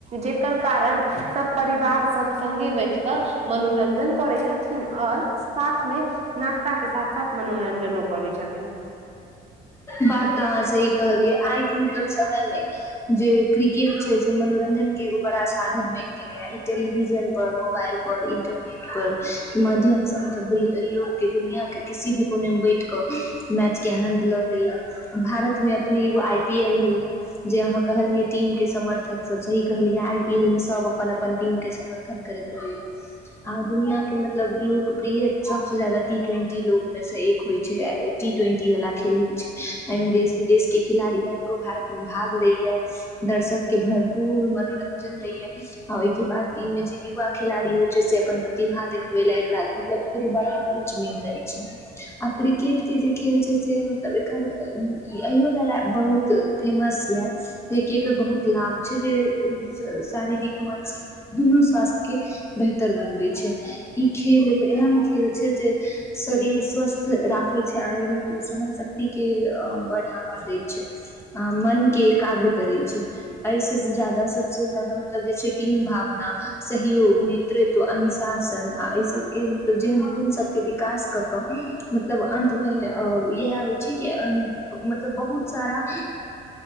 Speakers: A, on the right (about 40°); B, on the left (about 15°).
A: जेकर कारण सब परिवार सब सङ्गे बैठ तऽ मनोरंजन करै छथिन और साथ मे नाश्ता के साथ साथ मनोरंजनो करै छथिन
B: बात तऽ अहाँ सेही कहलियै आइ के मतलब समय मे जे क्रिकेट छै से मनोरंजन के एगो बड़ा साधन बनि जे गेलैये टेलिविजन पर मोबाइल पर इंटरनेट पर के माध्यम से मतलब लोक के दुनिया के किसी भी कोने मे बैठ कऽ मैचके आनन्द लऽ लैय भारतमे अपने एगो आई पी एल होइए जे अहाँ कहलियै टीम के समर्थक सब सही कहलियै आई पी एल मे सब अपन अपन टीम के समर्थक कतन करैत रहैये आ दुनिया के मतलब लोकप्रिय सबस ज्यादा टी ट्वेंटी लोग मे से एक होइ छै टी ट्वेंटी वाला खेल मे एहिमे देश विदेश के खिलाड़ी आब कऽ भारत मे भाग लेय दर्शक के भऽ पूर मनोरंजन देय य आ ओहिके बाद इ मे जे युवा खेलाड़ी होइ छै से अपन प्रतिभा देखबे ला एकरा मतलब एक बड़ा मंच मिल जाय छै आ क्रिकेट के जे खेल छै से मतलब एकर अहो लेल बहुत फेमस यऽ जेकि एकर बहुत लाभ छै जे शारीरिक मानसिक दुनू स्वास्थ्य के बेहतर बनबै छै ई खेल एगो एहन खेल छै जे शरीर स्वस्थ राखे छै आर मतलब सहन शक्ति शक्ति के बढ़ावा दै छै आ मन के एकाग्र करै छै एहिसँ ज्यादा सबस जादा मतलब जे छै टीम भावना सहयोग तृत्व अनशासन आ एहि सभके मतलब जेहन गुणसभके विकास कऽ कऽ मतलब अंत मे अ इएह होइ छै मतलब बहुत सारा